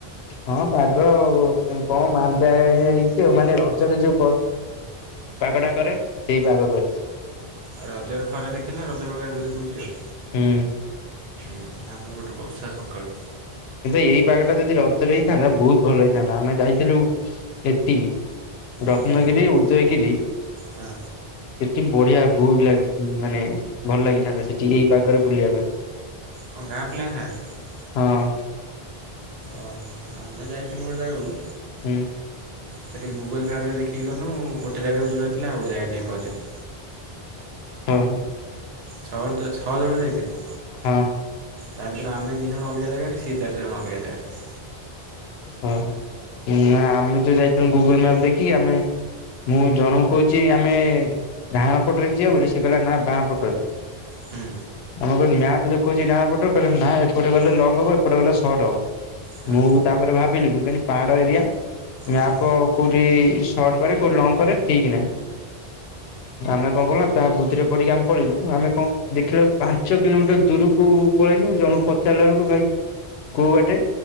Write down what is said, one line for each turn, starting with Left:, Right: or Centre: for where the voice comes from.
Left: ହଁ ପାଗ ଆଉ ଏମ୍ କଣ ମାନ୍ଦାଳିଆ ହେଇଛି ଆଉ ମାନେ ରଜରେ ଯୋଉ ପ ପାଗଟା କରେ ସେଇ ପାଗ କରିଛି।
Right: ଆ ରଜରେ ଖରା ଦେଖେଇଲା ରଜ ପାଗ ଏବେ ଦେଖୋଉଚି ଆଉ।
Left: ହୁଁ।
Right: ଉଁ ଆମ ଗୋଟେ ବର୍ଷା ସକାଳୁ।
Left: କିନ୍ତୁ ଏଇ ପାଗଟା ଯଦି ରଜରେ ହେଇଥାନ୍ତା ବୋହୁତ ଭଲ ହେଇଥାନ୍ତା ଆମେ ଯାଇଥିଲୁ ଏଠିକି ରତ୍ନଗିରି,
Right: କୋଉଠି
Left: ଉଦୟଗିରି
Right: ହଁ।
Left: ସେଠି ବଢିଆ ବୋହୁତ ଲାଗ୍ ଉଁ ମାନେ ଭଲ ଲାଗିଥାନ୍ତା ସେଠି ଏଇ ପାଗରେ ବୁଲିବା ପାଇଁ।
Right: କଣ ଗାଁ ପିଲାଙ୍କ ସାଙ୍ଗରେ?
Left: ହଁ।
Right: ଓହୋ ଆମେ ଯାଇଥିଲୁ ଗୋଟେ ଜାଗାକୁ
Left: ହୁଁ
Right: ସେଠି ଗୁଗଲ୍ ମ୍ୟାପରେ ଦେଖିକି ଗନୁ ଗୋଟେ ଜାଗାକୁ ଯିବାର ଥିଲା ଆଉ ଗୋଟେ ଜାଗାରେ ଯାଇଁ ପହଞ୍ଚିଲୁ।
Left: ଓହୋ।
Right: ଛଅ ଜ ଛଅ ଜଣ ଯାଇଥିନୁ।
Left: ହଁ
Right: ତା ଭିତରେ ଆମେ ଦିଇ ଜଣ ଅଲଗା ଜାଗାରେ ସିଏ ଚାରି ଜଣ ଅଲଗା ଜାଗାରେ।
Left: ହଁ ନା ଆମେ ତ ଯାଇଥିନୁ ଗୁଗୁଲ ମ୍ୟାପ ଦେଖିକି ଆମେ ମୁଁ ଜଣକୁ କୋହୁଚି ଆମେ ଡାହଣ ପଟରେ ଯିିବା ବୋଲି ସିଏ କହିଲା ନା ବାଁ ପଟରେ।
Right: ହୁଁ।
Left: ଆମେ କହିଲୁ ମ୍ୟାପ ଦେଖୋଉଚି ଡାହାଣ ପଟ କହିଲେ ନାଁ ଏପଟେ ଗଲେ ଲଙ୍ଗ ହବ ଏପଟେ ଗଲେ ସର୍ଟ୍ ହବ।
Right: ହଁ
Left: ମୁଁ ତାପରେ ଭାବିଲି ମୁଁ କହିନି ପାହାଡ ଏରିଆ ମ୍ୟାପ
Right: ହୁଁ
Left: କୋଉଠି ସର୍ଟ କରେ କୋଉଠି ଲଙ୍ଗ କରେ ଠିକ ନାହିଁ। ଆମେ କଣ କଲୁନା ତା ବୁଦ୍ଧିରେ ପଡିକି ଆମେ ପଳେଇଲୁ ଆମେ କଣ ଦେଖିଲାବେଳକୁ ପାଞ୍ଚ କିଲୋମିଟର ଦୂରକୁ କହିନୁ ଜଣକୁ ପଚାରିଲା ବେଳକୁ ଭାଇ କୋଉ ବାଟେ